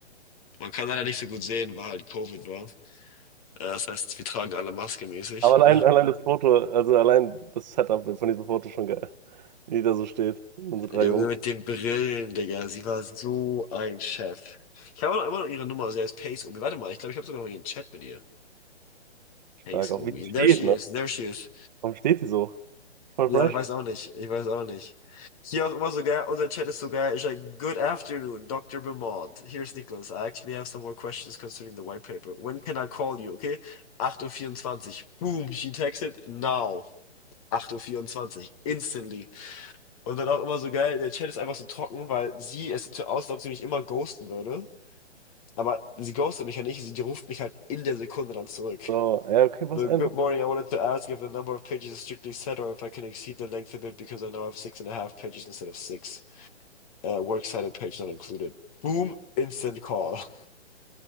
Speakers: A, on the left; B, on the right.
A: Man kann leider nicht so gut sehen, weil halt Covid war. Äh, das heißt, wir tragen alle Maske mäßig.
B: Aber allein,
A: <laughs>
B: allein das Foto, also allein das Setup von diesem Foto ist schon geil. Wie die da so steht. Unsere
A: Junge
B: drei Jungs.
A: mit den Brillen, Digga, sie war so ein Chef. Ich habe noch immer noch ihre Nummer, also er ist Pace Omi. Warte mal, ich glaube, ich habe sogar noch ihren Chat mit ihr.
B: Stark.
A: Pace
B: Auch
A: Omi.
B: wie die
A: There
B: steht,
A: she
B: ne?
A: is, there she is.
B: Warum steht die so? Voll
A: Ja,
B: fresh.
A: ich weiß auch nicht. Ich weiß auch nicht. Hier auch immer so geil. Unser Chat ist so geil. Ich sage, Good afternoon, Doctor Beaumont. Here's Nicholas. I actually have some more questions concerning the white paper. When can I call you? Okay? 8.24 Uhr. vierundzwanzig. Boom, she texted now. 8.24 Uhr. vierundzwanzig. Instantly. Und dann auch immer so geil. Der Chat ist einfach so trocken, weil sie, es sieht so aus, als ob sie mich immer ghosten würde. Aber sie ghostet mich ja nicht. Sie ruft mich halt in der Sekunde dann zurück.
B: So, ja, okay, was
A: So,
B: einfach.
A: good morning. I wanted to ask if the number of pages is strictly set or if I can exceed the length of it because I now have six and a half pages instead of six. Uh, works cited page not included. Boom, instant call. <laughs>